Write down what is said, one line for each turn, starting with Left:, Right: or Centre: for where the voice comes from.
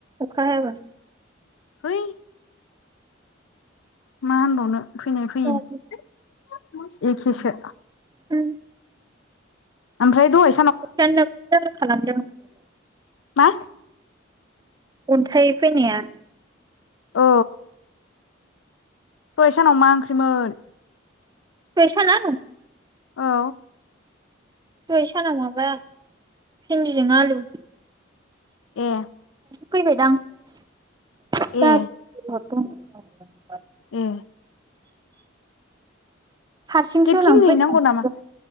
Right: अखा हायाबा
Left: होइ मा होनबावनो फैनाय फैयो
Right: उम
Left: एखेसो
Right: उ।
Left: ओमफ्राय दय
Right: <unintelligible>
Left: मा?
Right: अन्थाइ फैनाया
Left: औ दहाय सानाव मा ओंख्रिमोन?
Right: दहाय सानाव?
Left: औ
Right: दहै सानाव माबा भिन्दिजों आलु।
Left: ए
Right: फैबायदां <unintelligible>
Left: ए
Right: दों। <unintelligible>
Left: ए
Right: हारसिं
Left: गेट
Right: खेवनानै
Left: खेंहैनांगौ
Right: फैदों
Left: नामा?